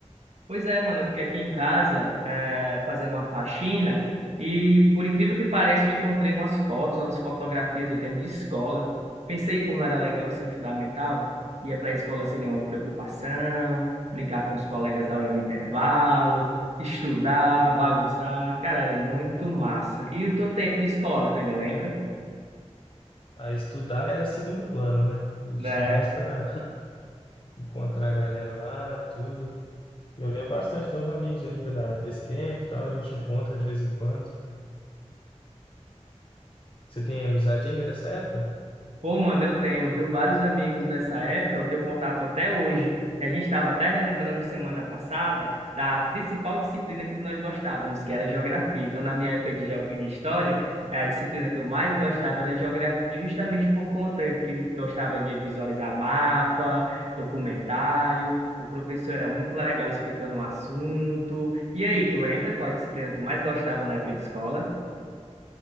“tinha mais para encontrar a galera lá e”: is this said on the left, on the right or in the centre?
Left